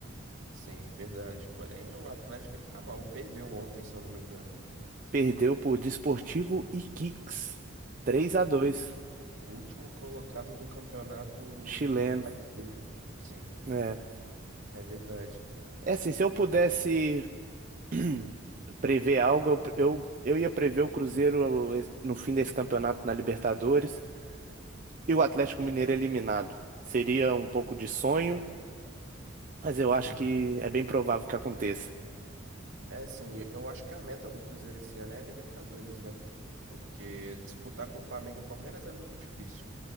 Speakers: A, on the right; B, on the right.
A: Sim, verdade. Porém, o Atlético, ele tá mal. Perdeu ontem, se eu não me engano.
B: Perdeu por Desportivo Iquiques, 3
A: O,
B: a 2,
A: o último colocado do campeonato
B: chileno.
A: do país dele. Sim,
B: É.
A: é verdade.
B: É assim, se eu pudesse <clears throat> prever algo, eu, eu, eu ia prever o Cruzeiro es- no fim desse campeonato na Libertadores e o Atlético Mineiro eliminado. Seria um pouco de sonho, mas eu
A: Uhum.
B: acho que é bem provável que aconteça.
A: É assim, eu acho que a meta do Cruzeiro esse ano é a Libertadores, né? Porque disputar com Flamengo e Palmeiras é muito difícil.